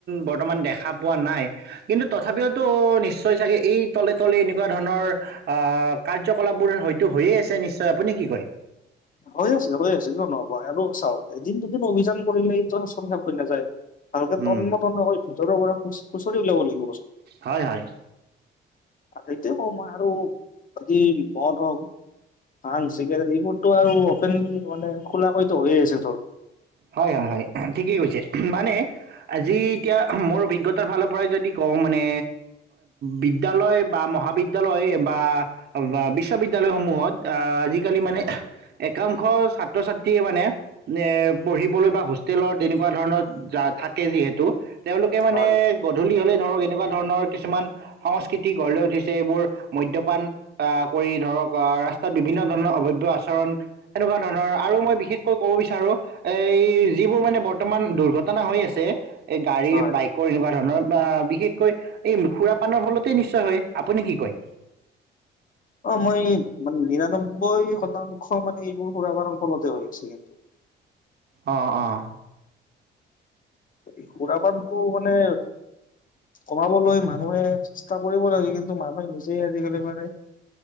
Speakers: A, on the right; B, on the left.
A: বৰ্তমান দেখা পোৱা নাই। কিন্তু, তথাপিওতো নিশ্চয় চাগে এই তলে তলে এনেকুৱা ধৰণৰ আহ, কাৰ্যকলাপবোৰ হয়তো হৈয়ে আছে নিশ্চয়। আপুনি কি কয়?
B: হৈ আছে, হৈ আছে। কিয় নহব আৰু চাওক এদিন দুদিন অভিযান কৰিলেই টো সব শেষ হৈ নাযায়। ভালকে
A: উম
B: তন্ন তন্নক কৰি ভিতৰৰ পৰা খুচ-খুচৰি ওলিয়াব লাগিব।
A: হয়, হয়।
B: সেইটোয়ে কওঁ মই, আৰু অতি মদ হওক ভাঙ, চিগাৰেট এইবোৰটো আৰু অপন মানে খুলা কৈ টো হৈয়ে আছে এইটো।
A: হয়, হয় হয়। ঠিকেই কৈছে। মানে আজি এতিয়া মোৰ অভিজ্ঞতাৰ ফালৰ পৰাই যদি কওঁ, মানে বিদ্যালয় বা মহা বিদ্যালয় বা বিশ্ববিদ্যালয়সমূহত, আহ' আজিকালি মানে একাংশ ছাত্ৰ-ছাত্ৰীয়ে মানে, এ পঢ়িবলৈ বা হোষ্টেলৰ তেনেকুৱা ধৰণত যা- থাকে যিহেতু। তেওঁলোকে মানে
B: হয়
A: গধূলি হলে ধৰক এনেকুৱা ধৰণৰ কিছুমান সংস্কৃতি গঢ় লৈ উঠিছে এইবোৰ, মদ্যপান আহ কৰি ধৰক আহ ৰাস্তাত বিভিন্ন ধৰণৰ অভব্য আচৰণ, এনেকুৱা ধৰণৰ আৰু মই বিশেষকৈ ক'ব বিচাৰোঁ এই যিবোৰ মানে বৰ্তমান দুৰ্ঘটনা হৈ আছে, এই গাড়ীৰ,
B: হয়
A: বাইকৰ এনেকুৱা ধৰণৰ বা বিশেষকৈ এই সূৰা পানৰ ফলতেই নিশ্চয় হয়। আপুনি কি কয়?
B: অ' মই এই, মানে নিৰানব্বৈ শতাংশ মানে এইবোৰ সূৰা পাণৰ ফলতে হৈ আছে কিন্তু। <unintelligible>
A: অঁ', অঁ'।
B: এই সুৰা-পানটো মানে কমাবলৈ মানুহে চেষ্টা কৰিব লাগে। কিন্তু, মানুহে নিজেই আজিকালি মানে